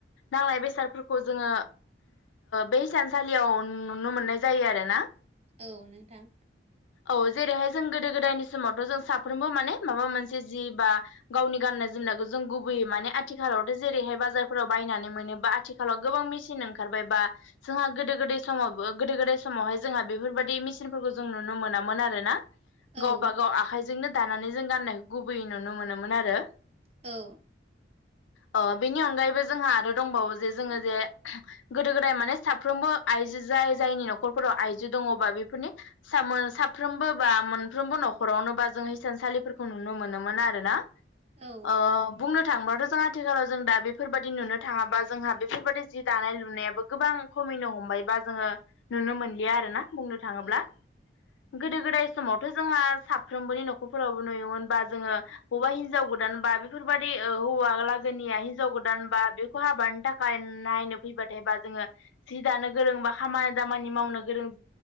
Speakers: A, on the left; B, on the right.
A: नांनाय बेसादफोरखौ जोङो बे सानसालियाव नुनो मोननाय जायो आरो ना।
B: औ नोंथां।
A: औ जेरैहाय जों गोदो गोदायनि समावथ' जों साफ्रोमबो माने माबा मोनसे जि बा गावनि गाननाय जोमनायखौ जों गुबैयै माने आथि खालावथ' जेरैहाय बाजारफोराव बायनानै मोनोबा आथिखालाव गोबां मेसिन ओंखारबाय बा जोंहा गोदो गोदाय समाव गोदो गोदाय समावहाय जोंहा बेफोरबायाददि मेचिनफोरखौ जों नुनो मोनामोन आरो ना
B: औ
A: गावबा गाव आखाइजोंनो दानानै जों गाननायखौ गुबैयै नुनो मोनोमोन आरो
B: औ
A: अ बेनि अनगायैबो जोंहा आरो दंबावो जे जोङो जे गोदो गोदाय माने साफ्रोमबो आइजो जाय जायनि न'खरफोराव आइजो दङबा बेफोरनि सामोर-साफ्रोमबो बा मोनफ्रोमबो न'खरावनो बा जों हसानसालिफोरखौ नुनो मोनोमोन आरोना
B: औ
A: ओ बुंनो थांबाथ' जों आथिखालाव जों दा बेफोरबायदि नुनो थाङाबा जोंहा बेफोरबायदि जि दानाय लुनायाबो गोबां खमिनो हमबायबा जोङो नुनो मोनलिया आरोना बुंनो थाङोब्ला।
B: औ
A: गोदो गोदाय समावथ' जोंहा साफ्रोमबोनि न'खरफोरावबो नुयोमोन बा जोङो हौवा हिनजाव गोदान बा बेफोरबदि ओ हौवा लागोनिया हिनजाव गोदान बा बेखौ हाबानि थाखाय नायनो फैबाथायबा जोङो जि दानो गोरों बा खामानि दामानि मावनो गोरों